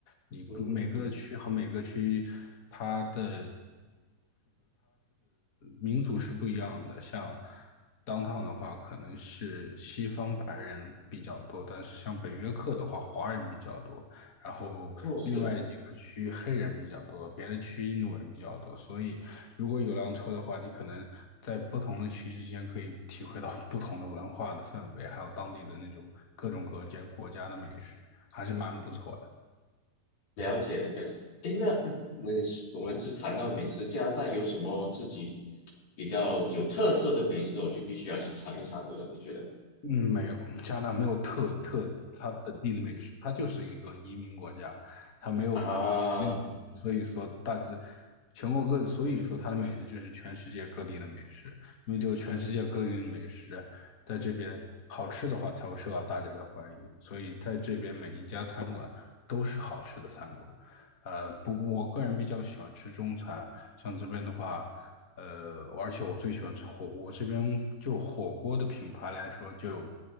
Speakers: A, on the left; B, on the left.
A: 你各每个区和每个区它的
B: 嗯嗯嗯，嗯
A: 民族是不一样的，像 downtown 的话，可能是西方比较多，但是像北约克的话，华人比较多，然后另外几个区黑人比较多，
B: 哦，是
A: 别的区印度人比较多，所以如果有辆车的话，你可能在不同的区之间可以体会到不同的文化的氛围，还有当地的那种各种各界国家的美食，还是蛮不错的。
B: 了解了解。诶，那呃那我们是谈到美食，加拿大有什么自己比较有特色的美食，我就必须要去尝一尝的了，你觉得？
A: 嗯，没有，加拿大没有特特它本地的美食，它就是一个移民国家，它没有
B: <laughs> 啊，
A: 没有所以说大致全国各，地，所以说它的美食就是全世界各地的美食，因为只有全世界各地的美食在这边好吃的话，才会受到大家的欢迎，所以在这边每一家餐馆都是好吃的餐馆。呃，不，我个人比较喜欢吃中餐，像这边的话，呃，而且我最喜欢吃火锅，这边就火锅的品牌来说，就有